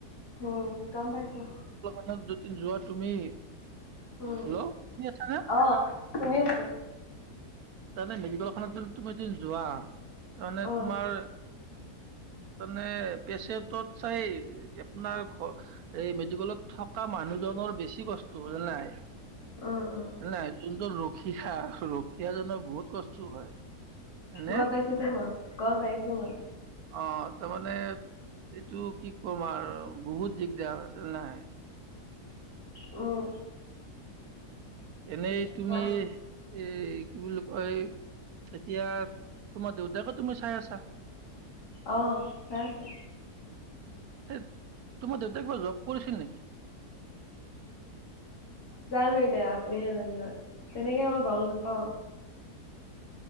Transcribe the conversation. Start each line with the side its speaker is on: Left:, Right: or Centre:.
Left: উম গম পাইছো
Right: ত দুদিন যোৱা তুমি
Left: উম
Right: হেল্ল' শুনি আছা না
Left: অ শুনি আছো
Right: তাৰমানে মেডিকেলখনত তুমি এদিন যোৱা তাৰমানে
Left: উম,
Right: তোমাৰ তানে পেচেণ্টত চাই আপোনাৰ ঘ এই মেডিকেলত থ এ মানুহজনৰ বেছি কষ্ট জানা নাই
Left: উম, উম,
Right: <unintelligible> জন ৰখি ৰখিয়াজনৰ বহুত কষ্ট হয়। <unintelligible>
Left: গম পাইছোতো মই, গম পাইছো মই।
Right: অহ তাৰ মানে এইটো কি কম আৰু বহুত দিগদাৰ নাই
Left: উম
Right: এনেই তুমি
Left: গম
Right: এ কি বুলি কয় এতিয়া তোমাৰ দেউতাকো তুমি চাই আছা
Left: আহ চাই ছে
Right: সেই তোমাৰ দেউতাক কিবা জব কৰিছিল নেকি
Left: জানো আপুনিহে জানিব তেনেকে মই গম নাপাও